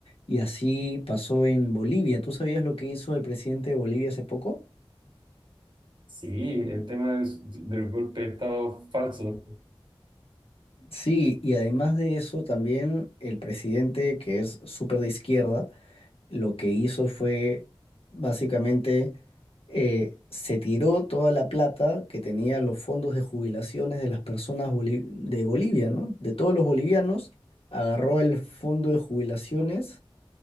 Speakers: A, on the left (about 80°); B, on the right (about 55°).
A: Y así pasó en Bolivia. ¿Tú sabías lo que hizo el presidente de Bolivia hace poco?
B: sí, el tema de- del golpe de Estado falso,
A: Sí, y además de eso, también el presidente, que es súper de izquierda, lo que hizo fue básicamente eh, se tiró toda la plata que tenía los fondos de jubilaciones de las personas boli- de Bolivia, ¿no? De todos los bolivianos, agarró el fondo de jubilaciones